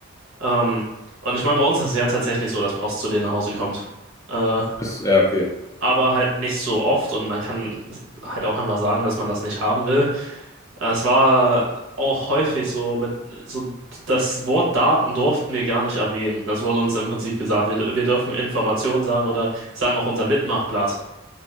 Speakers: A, on the right; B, on the left.
A: Ähm, und ich meine, bei uns ist es ja tatsächlich so, dass Post zu denen nach Hause kommt. Äh,
B: Ist, ja, okay.
A: aber halt nicht so oft und man kann halt auch einfach sagen, dass man das nicht haben will. Äh, Es war auch häufig so mit so das Wort Daten durften wir gar nicht erwähnen. Das wurde uns im Prinzip gesagt. Wir, wir dürfen Informationen sagen oder sagen auch unser Mitmachblatt.